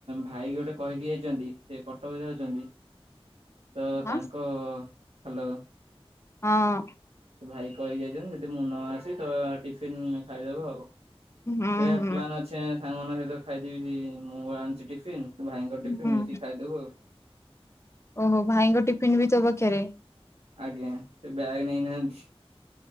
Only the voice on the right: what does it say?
ଭାଇ ଗୋଟେ କହିକି ଯାଇଛନ୍ତି ସେ କଟକ ଯାଉଛନ୍ତି ତ
ତାଙ୍କ ହ୍ୟାଲୋ
ସେ ଭାଇ କହି ଯାଇଛନ୍ତି ଯଦି ମୁଁ ନ ଆସେ ତ ଟିଫିିନ ଖାଇଦେବ ଆଉ
ସେଇଆ
ପ୍ଲାନ୍ ଅଛି ସାଙ୍ଗମାନଙ୍କ ସହିତ ଖାଇଦେବି ମୁଁ ଆଣିଛି ଟିିଫିନ୍ ଭାଇଙ୍କ ଟିଫିନ୍
ମିଶିକି ଖାଇଦେବୁ ଆଉ।
ଆଜ୍ଞା ସେ ବ୍ୟାଗ ନେଇନାହାନ୍ତି।